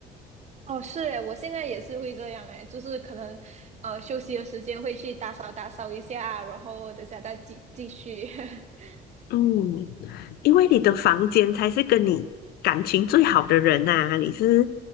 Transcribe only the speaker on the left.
嗯，因为你的房间才是跟你感情最好的人呐、你是